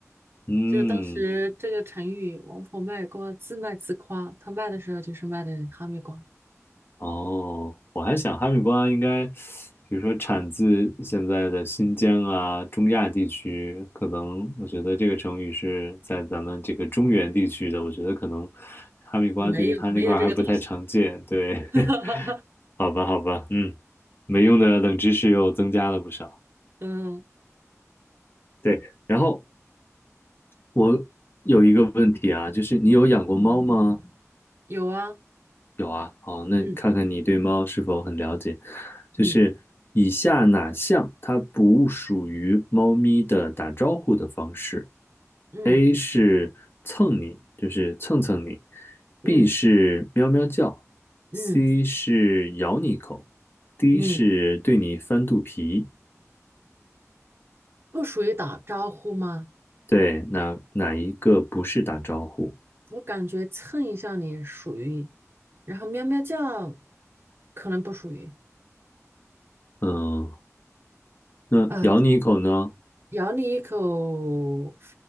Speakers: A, on the left (about 40°); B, on the right (about 45°).
A: 嗯。
B: 就是当时这个成语“王婆卖瓜，自卖自夸”，她卖的时候就是卖的哈密瓜，
A: 哦，我还想哈密瓜应该，比如说产自现在的新疆啊、中亚地区，可能我觉得这个成语是在咱们这个中原地区的，我觉得可能哈密瓜对于它那块儿还不太常见。
B: 没有没有这个东西。
A: 对，
B: <laughs>
A: <laughs> 好吧，好吧，嗯，没用的冷知识又增加了不少。
B: 嗯，
A: 对，然后我有一个问题啊，就是你有养过猫吗？
B: 有啊，
A: 有啊，好，那看看你对猫是否很了解。
B: 嗯
A: 就是以下哪项它不属于猫咪的打招呼的方式
B: 嗯嗯
A: ？A 是蹭你，就是蹭蹭你
B: 嗯
A: ；B 是喵喵叫
B: 嗯
A: ；C 是咬你一口；D
B: 嗯，
A: 是对你翻肚皮。
B: 不属于打招呼吗？
A: 对，哪哪一个不是打招呼？
B: 我感觉蹭一下你属于，然后喵喵叫可能不属于
A: 嗯，那咬你一口呢？
B: 啊，咬你一口，